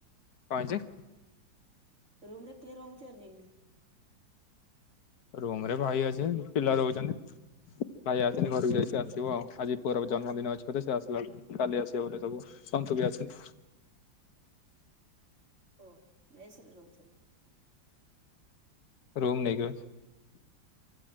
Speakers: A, on the left; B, on the right.
A: ହେଇଛି?
B: ରୁମରେ କିଏ ରହୁଚନି?
A: ରୁମରେ ଭାଇ ଅଚେ ପିଲା ରହୁଛନ୍ତି। ଭାଇ ଆସେନି ଘରକୁ ଯାଇ ସେ ଆସିବ ଆଜି ପୁଅର ଜନ୍ମଦିନ ଅଛି ବୋଧେ ସେ ଆସିଲାବେଳକୁ କାଲି ଆସିବେ ବୋଧେ ସବୁ ଶନ୍ତୁ ବି ଆସି
B: ଓ ମେସରେ ରହୁଛନ୍ତି।
A: ରୁମ ନେଇକି